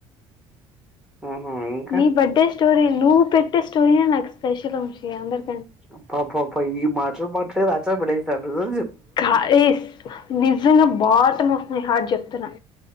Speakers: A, in the centre; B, on the left.
A: ఆహా ఇంకా
B: నీ బడ్డే స్టోరీ నువ్వు పెట్టే స్టోరియే నాకు స్పెషల్ వంశీ అందరి
A: అబ్బా బ్బ బ్బ ఈ మాటలు మాట్లాడి ఆశను పడేసావ్ నువ్
B: గాయిస్ నిజంగా బాటమ్ ఆఫ్ మై హార్ట్ చెప్తున్నా